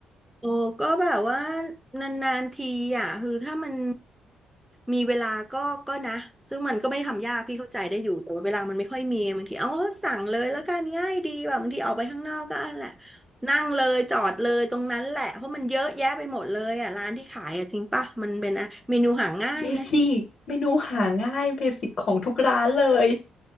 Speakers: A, in the centre; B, on the left.
A: โอ้ก็แบบว่านานๆทีอ่ะคือถ้ามันมีเวลาก็ก็นะซึ่งมันก็ไม่ได้ทำยากพี่เข้าใจได้อยู่แต่ว่าเวลามันไม่ค่อยมีบางทีเอาสั่งเลยแล้วกันง่ายดีแบบบางทีออกไปข้างนอกก็นั่นแหละนั่งเลยจอดเลยตรงนั้นแหละเพราะมันเยอะแยะไปหมดเลยอ่ะร้านที่ขายอ่ะจริงป่ะมันเป็นอะเมนูหาง่ายไง
B: เบสิกเมนูหาง่ายเบสิกของทุกร้านเลย